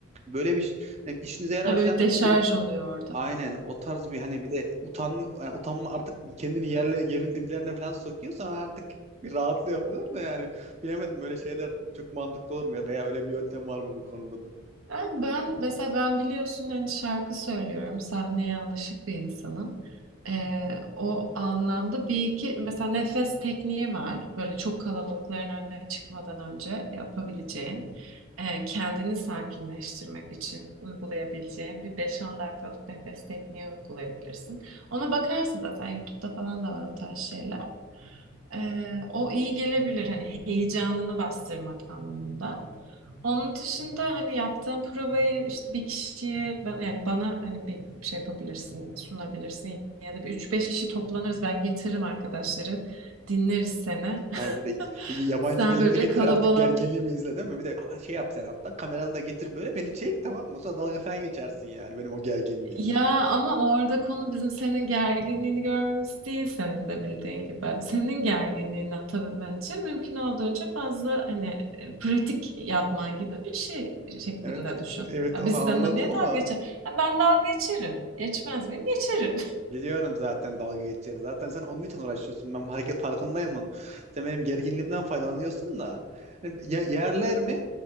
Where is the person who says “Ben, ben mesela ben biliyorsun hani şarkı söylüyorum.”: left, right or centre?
Right